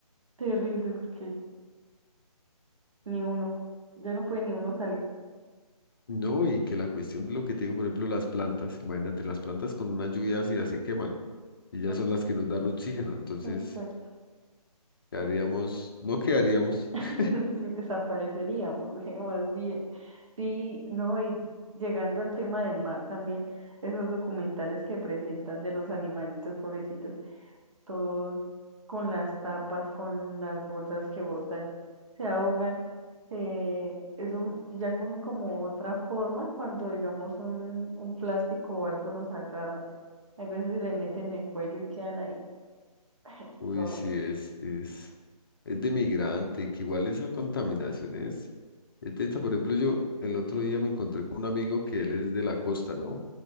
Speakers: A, on the right; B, on the left.
A: terrible, porque ni uno, ya no puede ni uno salir.
B: No, y que la cuestión de lo que te digo, por ejemplo, las plantas, imagínate, las plantas con una lluvia ácida se queman y ya
A: No
B: son
A: sé,
B: las que nos dan oxígeno, entonces
A: exacto.
B: quedaríamos, no quedaríamos.
A: <laughs>
B: <laughs>
A: Si desapareceríamos, <laughs> eh, más bien. Sí, no, y llegando al tema del mar también, esos documentales que presentan de los animalitos pobrecitos. todos con las tapas, con las bolsas que botan, se ahogan, se, eso ya cogen como otra forma cuando digamos un, un plástico o algo los agarra. Hay veces se les meten en el cuello y quedan ahí <clears throat> <laughs>
B: Uy,
A: todos.
B: sí, es, es, es de migrante, que igual esa contaminación es, es densa. Por ejemplo, yo el otro día me encontré con un amigo que él es de la costa, ¿no?